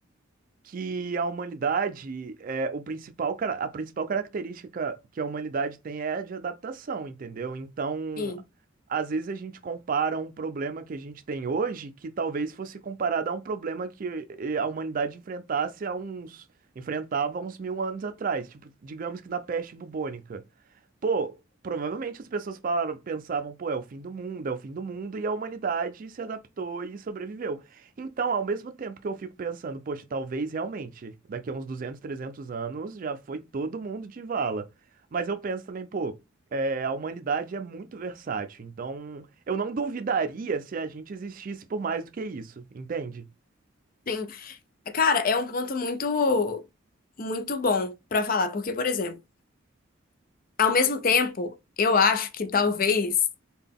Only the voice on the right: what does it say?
que a humanidade é o principal, cara- a principal característica que a humanidade tem é a de adaptação, entendeu? Então,
às vezes a gente compara um problema que a gente tem hoje que talvez fosse comparado a um problema que eh, a humanidade enfrentasse há uns enfrentava há uns mil anos atrás, tipo, digamos que na peste bubônica. Pô, provavelmente as pessoas falaram, pensavam, pô, é o fim do mundo, é o fim do mundo, e a humanidade se adaptou e sobreviveu. Então, ao mesmo tempo que eu fico pensando, poxa, talvez realmente, daqui a uns 200, 300 anos, já foi todo mundo de vala. Mas eu penso também, pô, é, a humanidade é muito versátil, então eu não duvidaria se a gente existisse por mais do que isso, entende?